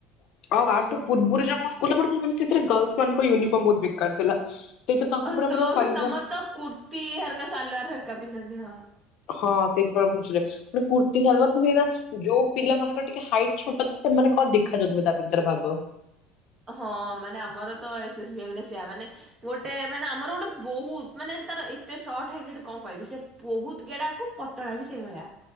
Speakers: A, on the left; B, on the right.
A: ୟାଠୁ
B: ଓହୋ।
A: ପୂର୍ବରୁ ମୁଁ ଜଉ ସ୍କୁଲ ପଢୁଥିଲି କିନ୍ତୁ ସେଥିରେ ଗାର୍ଲସ ମାନଙ୍କ ୟୁନିଫର୍ମ ବହୁତ ବେକାର ଥିଲା। ସେଇଥିରେ ତାଙ୍କୁ
B: ଓହୋ
A: ପୁରା
B: ତୋର
A: ପୁରା ସଲଭର
B: ତମର ତ କୁର୍ତ୍ତି ହେରିକା ସାଲୱାର ହେରିକା ପିନ୍ଧନ୍ତି ହଁ।
A: ହଁ ସେଇଥିପାଇଁ ଭୁଝିଲେ ପଣି କୁର୍ତ୍ତୀ ସାଲୱାର୍ ତ ମେରା ଯୋଉ ପିଲା ମାନଙ୍କର ଟିକେ ହାଇଟ୍ ଛୋଟ ଥାଏ ସେମାନେ କଣ ଦେଖା ଯାଉଥିବେ ତା ଭିତରେ ଭାବ।
B: ହଁ ମାନେ ଆମର ତ ଏସ୍ ଏସ ବି ମାନେ ସେୟା ମାନେ ଗୋଟେ ମାନେ ଆମର ଗୋଟେ ବହତ୍ ମାନେ ତାର ଏତେ ସଟ୍ ହାଇଟ ଗୋଟେ କଣ କହିବି ସେ ବହୁତ ଗେଡାକୁ ପ ପତଳା ବି ସେଇ ଭଳିଆ